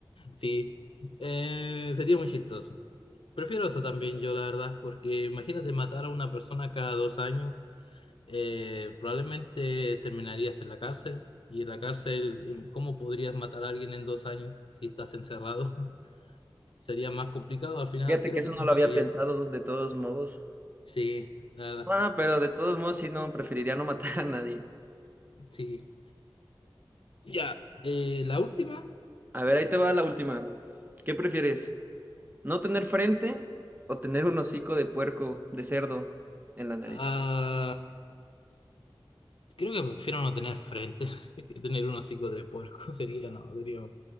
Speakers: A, on the left; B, on the right.
A: Sí, eh, sería muy chistoso. Prefiero eso también yo, la verdad, porque imagínate matar a una persona cada dos años, eh, probablemente terminarías en la cárcel y en la cárcel, em, ¿cómo podrías matar a alguien en dos años si estás encerrado? <laughs> Sería más complicado, al final
B: fíjate
A: creo
B: que eso
A: que
B: no
A: morirías.
B: lo había pensado de todos modos.
A: Sí, la verdad,
B: Ah, pero de todos modos, sí, no, preferiría no matar a nadie.
A: sí. Ya, eh, la última,
B: A ver, ahí te va la última. ¿Qué prefieres? ¿No tener frente o tener un hocico de puerco, de cerdo, en la nariz?
A: ah, creo que prefiero no tener frente <laughs> que tener un hocico de puerco, <laughs> sería, no, sería